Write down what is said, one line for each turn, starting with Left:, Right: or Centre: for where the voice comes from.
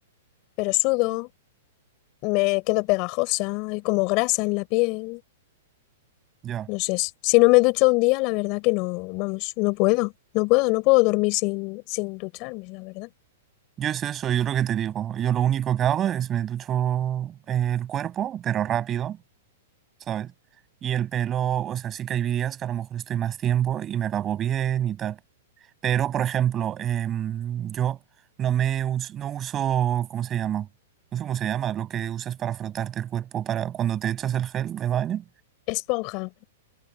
Left: pero sudo, me quedo pegajosa, hay como grasa en la piel.
Right: Ya.
Left: No sé, s- si no me ducho un día, la verdad que no, vamos, no puedo, no puedo, no puedo dormir sin, sin ducharme, la verdad.
Right: Yo es eso, yo lo que te digo. Yo lo único que hago es me ducho eh, el cuerpo, pero rápido, ¿sabes? Y el pelo, o sea, sí que hay días que a lo mejor estoy más tiempo y me lavo bien y tal. Pero, por ejemplo, em, yo no me us- no uso, ¿cómo se llama? No sé cómo se llama, lo que usas para frotarte el cuerpo para cuando te echas el gel de baño.
Left: Esponja.